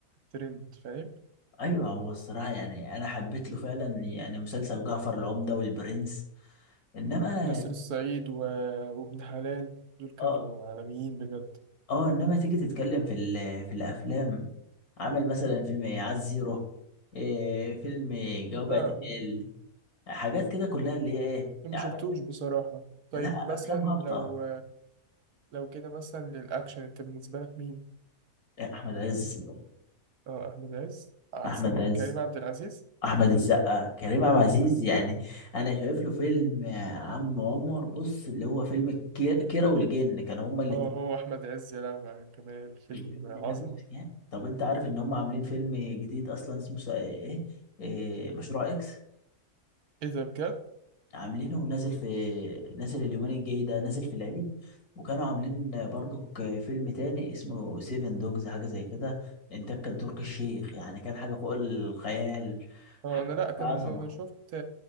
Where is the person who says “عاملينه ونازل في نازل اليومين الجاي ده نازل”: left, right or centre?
Left